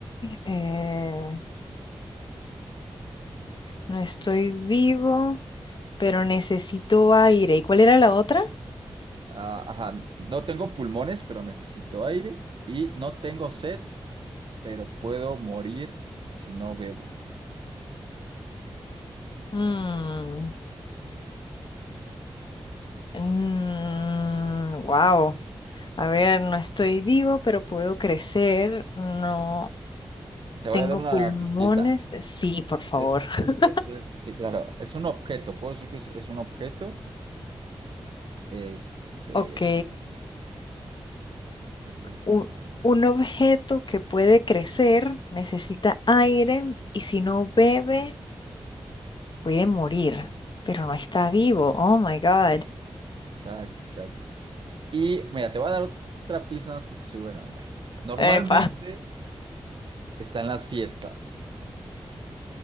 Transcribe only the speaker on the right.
Ah, ajá, no tengo pulmones, pero necesito aire. Y no tengo sed, pero puedo morir si no bebo.
Te voy
a dar una
pistita.
Eh, Es,
es, eh, sí, claro, es un objeto. Puedo decir que es, es un objeto. Este,
¿qué más?
¿Qué más?
Exacto, exacto. Y mira, te voy a dar otra pista nada más porque soy buena onda. Normalmente
está en las fiestas.